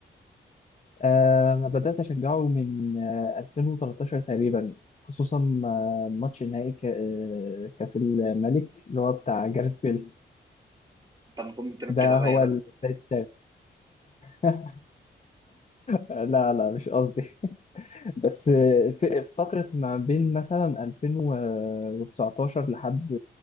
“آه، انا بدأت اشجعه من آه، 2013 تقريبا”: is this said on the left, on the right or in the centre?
Left